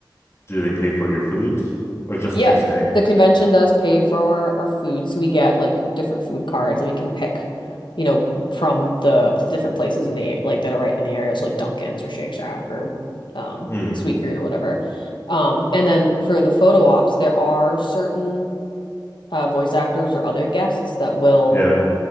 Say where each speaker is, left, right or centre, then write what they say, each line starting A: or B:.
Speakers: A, on the left; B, on the left.
A: do they pay for your food or just
B: Yeah,
A: your stay?
B: the convention does pay for our food, so we get like different food cards and we can pick, you know, from the different places in the like that are right in the area, so like Dunkin's or Shake Shack or um
A: Mm,
B: Sweetgreen or whatever. Um, and then for the photo ops, there are certain uh, voice actors or other guests that will
A: yeah.